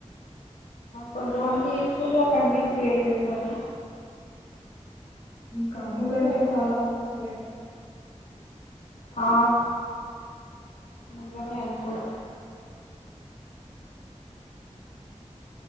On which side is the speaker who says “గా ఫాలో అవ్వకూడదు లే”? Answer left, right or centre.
Left